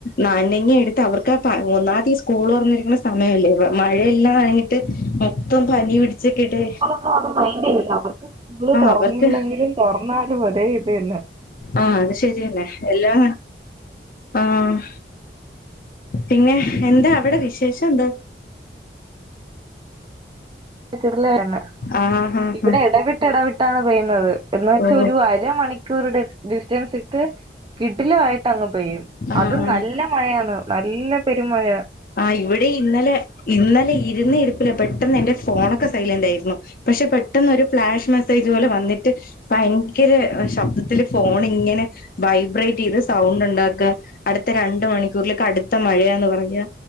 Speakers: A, on the left; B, on the right.
A: നനഞ്ഞെടുത്തവർക്കാ പ ഒന്നാതി സ്കൂള് തൊറന്നിരിക്ക്ണ സമയല്ലേ വാ മഴയല്ലായ് ട്ട് മൊത്തോം പനി പിടിച്ചക്ക്ട്ട്
B: ആഹ് അത് ഭയങ്കരിതാവർക്ക് ഇത് തൊറന്നില്ലെങ്കിലും
A: അവർക്ക്
B: തൊറന്നാലും ഒരേ ഇതന്നെ
A: ആഹ് അത് ശരിയന്നെ എല്ലാ ആഹ് പിന്നെ എന്താ അവടെ വിശേഷെന്താ
B: കിഡ്ഡിലെണ്ണെ
A: ആഹ് ആഹ്
B: ഇവിടെ
A: ആഹ്
B: എടവിട്ട് എടവിട്ടാണ് പെയ്യുന്നത് എന്നുവെച്ചൊരു
A: ഓ
B: അരമണി ക്കൂർ ഡിസ് ഡിസ്റ്റൻസ്‌ട്ട് കിഡ്ഡില്ലവായ്ട്ടങ്ങ് പെയ്യും
A: ആഹ്
B: അതും നല്ല മഴയാന്ന് നല്ല പെര്മഴയാ
A: ആഹ് ഇവിടേം ഇന്നലെ ഇന്നലെ ഇരുന്ന ഇരിപ്പില പെട്ടെന്നെന്റെ ഫോണൊക്കെ സൈലന്റാരുന്നു പഷെ പെട്ടെന്നൊരു ഫ്ലാഷ് മെസ്സേജ് പോലെ വന്നിട്ട് ഭയ്ങ്കര അഹ് ശബ്ദത്തില് ഫോണിങ്ങനെ വൈബ്രേറ്റ് ചെയ്ത് സൗണ്ട് ഒണ്ടാക്ക്വാ അടുത്ത രണ്ട് മണിക്കൂറില് കട്ത്ത മഴയാന്ന് പറഞ്ഞാ